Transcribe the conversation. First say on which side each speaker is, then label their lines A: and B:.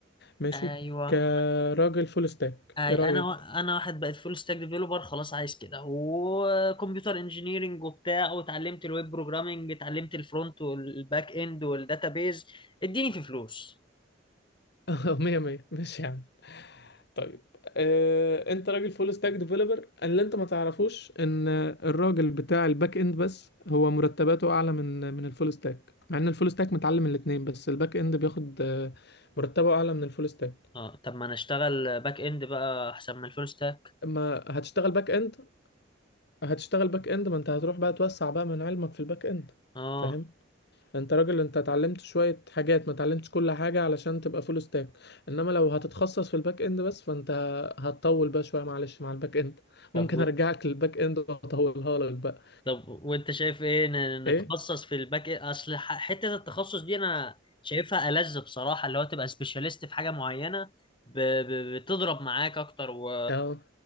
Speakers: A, on the left (about 60°); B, on the left (about 25°).
A: ماشي
B: ايوه
A: كراجل فول ستاك
B: أي
A: ايه رأيك
B: انا و... انا واحد بقيت فول ستاك ديفلوبر خلاص عايز كده وكمبيوتر انجينيرنج وبتاع واتعلمت الويب بروجرامنج اتعلمت الفرونت والباك اند والداتابيز اديني في فلوس
A: <laughs> مية مية ماشي يا عم طيب آه، انت راجل فول ستاك ديفلوبر اللي انت ما تعرفوش ان الراجل بتاع الباك اند بس هو مرتباته اعلى من من الفول ستاك مع ان الفول ستاك متعلم الاتنين بس الباك اند بياخد آه، مرتبه اعلى من الفول ستاك
B: اه طب ما انا اشتغل باك اند بقى احسن من الفول ستاك
A: اما هتشتغل باك اند هتشتغل باك اند ما انت هتروح بقى توسع بقى من علمك في الباك اند
B: اه
A: فاهم انت راجل انت اتعلمت شوية حاجات ما اتعلمتش كل حاجة علشان تبقى فول ستاك انما لو هتتخصص في الباك اند بس فانت هتطول بقى شوية معلش مع الباك اند
B: طب
A: ممكن ارجعك للباك اند واطولها لك بقى
B: طب وانت شايف ايه ن- نتخصص
A: ايه
B: في الباك إيه؟ اصل ح- حته التخصص دي انا شايفها ألذ بصراحه اللي هو تبقى سبيشاليست في حاجه معينه ب... ب... بتضرب معاك اكتر و...
A: اه